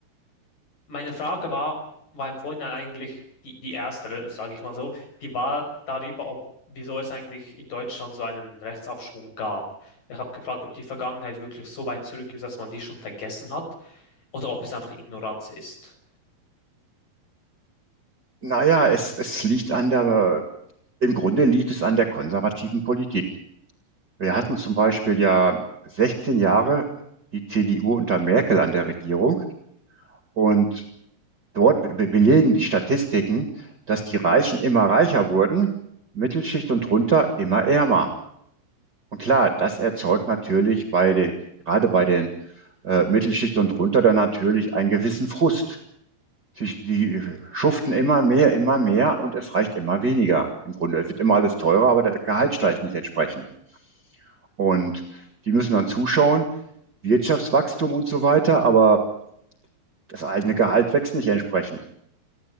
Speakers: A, on the left; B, on the right.
A: Meine Frage war, war im Vorhinein eigentlich die, die erste, sage ich mal so, die war darüber, ob, wieso es eigentlich in Deutschland so einen Rechtsaufschwung gab. Ich habe gefragt, ob die Vergangenheit wirklich so weit zurück ist, dass man die schon vergessen hat oder ob es einfach Ignoranz ist.
B: Naja, es, es liegt an der, im Grunde liegt es an der konservativen Politik. Wir
A: Ja,
B: hatten zum Beispiel ja 16 Jahre die CDU unter Merkel an der Regierung und dort be belegen die Statistiken, dass die Reichen immer reicher wurden, Mittelschicht und drunter immer ärmer. Und klar, das erzeugt natürlich bei den, gerade bei den äh, Mittelschicht und drunter dann natürlich einen gewissen Frust. Sie, die äh, schuften immer mehr, immer mehr und es reicht immer weniger im Grunde. Es wird immer alles teurer, aber der Gehalt steigt nicht entsprechend. Und die müssen dann zuschauen, Wirtschaftswachstum und so weiter, aber das eigene Gehalt wächst nicht entsprechend.